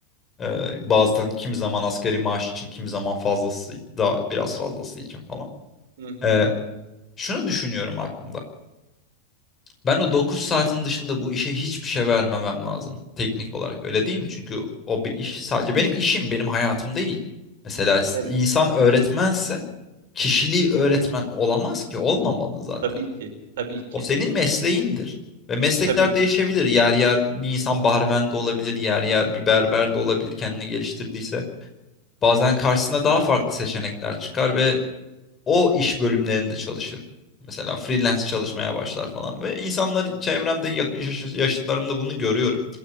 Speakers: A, on the left (about 20°); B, on the right (about 55°).
A: Ee, bazen kim zaman asgari maaş için, kim zaman fazlası da biraz fazlası
B: Hı hı.
A: için falan.
B: Hı hı.
A: Ee, şunu düşünüyorum aklımda. Ben o 9 saatin dışında bu işe hiçbir şey vermemem lazım teknik olarak. Öyle değil mi? Çünkü o bir iş
B: Evet.
A: sadece benim işim, benim hayatım değil. Mesela
B: Evet.
A: insan öğretmense kişiliği öğretmen olamaz ki, olmamalı zaten.
B: Tabii ki. Tabii ki.
A: O senin mesleğindir. Ve meslekler
B: Tabii ki.
A: değişebilir. Yer yer bir insan barmen de olabilir, yer yer bir berber de olabilir kendini geliştirdiyse. Bazen karşısına daha farklı seçenekler çıkar ve o iş bölümlerinde çalışır. Mesela freelance
B: Hı hı.
A: çalışmaya başlar falan ve insanlar
B: Hı hı.
A: çevremde yak- yaş- yaşıtlarımda bunu görüyorum.